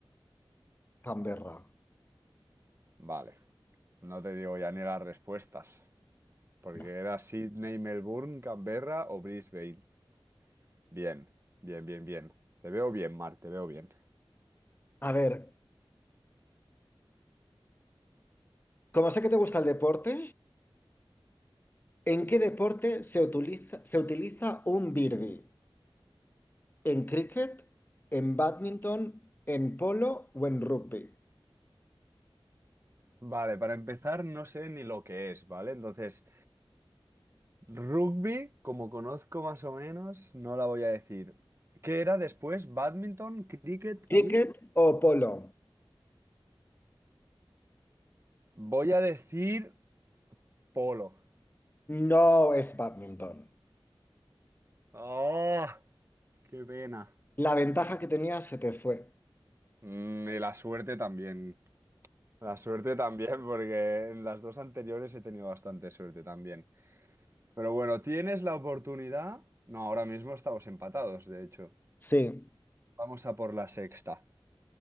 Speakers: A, on the left (about 25°); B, on the right (about 30°).
A: Canberra.
B: Vale, no te digo ya ni las respuestas, porque
A: No.
B: era Sydney, Melbourne, Canberra o Brisbane. Bien, bien, bien, bien. Te veo bien, Mar, te veo bien.
A: A ver, como sé que te gusta el deporte, ¿en qué deporte se utiliza, se utiliza un birdie? ¿En cricket, en badminton, en polo o en rugby?
B: Vale, para empezar, no sé ni lo que es, ¿vale? Entonces, rugby, como conozco más o menos, no la voy a decir. ¿Qué era después? Badminton, cricket
A: ¿Cricket
B: y...
A: o polo?
B: Voy a decir polo.
A: No es badminton.
B: ¡Ah! ¡Qué pena!
A: La ventaja que tenía se te fue.
B: Mm, y la suerte también. La suerte también, porque en las dos anteriores he tenido bastante suerte también. Pero bueno, tienes la oportunidad. No, ahora mismo estamos empatados, de hecho.
A: Sí,
B: Vamos a por la sexta.